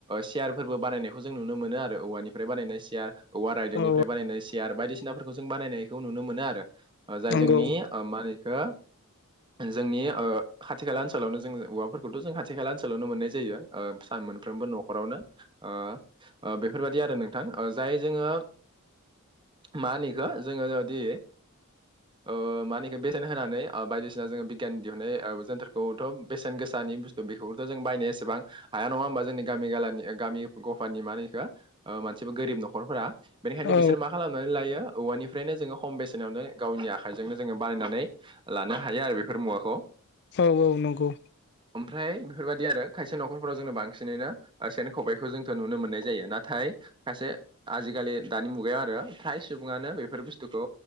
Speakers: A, on the right; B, on the left.
A: सियारफोरबो बानायनायखौ जों नु मोनो मोनो औवानिफ्राय बानायनाय सियार औवा रायदों
B: औ
A: निफ्राय बानायनाय सियार नाफोरखौ जों बानायनायखौ नुनो मोनो आरो जाय
B: नंगौ
A: जोंनि मा होनो इखौ जोंनि ओ खाथि खाला ओनसोलावनो जों औवाफोरखौथ' जों खाथि खाला ओनसोलावनो मोननाय जायो सान मोनफ्रोमबो न'खरावनो ओ ओ बेफोरबायदि आरो नोंथां जाय जोङो मा होनो इखौ जोङो जदि ओ मानेखि बेसेन होनानै बायदिसिना जोङो बिगियान दिहुुननाय जोनथोरखौथ' बेसेन गोसानि बेखौथ' जों बायनाया एसेबां हाया नङा होमबा जोंनि गामि गनि गामि गफानि मा होनो इखौ मानसिबो गोरिब न'खरफोरा बेनिखायनो
B: औ
A: बिसोर मा खालामनानै लायो औवानिफ्रायनो जोङो खम बेसेनावनो गावनि आखाइजोंनो जोङो बानायनानै लानो हायो आरो बेफोर मुवाखौ
B: औ औ नंगौ
A: ओमफ्राय बेफोरबायदि आरो खायसे न'खरफोराव जोंङो बांसिनैनो सेन खबाइखौ जोंथ' नुनो मोननाय जायो। नाथाय खायसे आजिखालि दानि मुगायाव आरो फ्राय सुबुङानो बेफोर बुस्थुखौ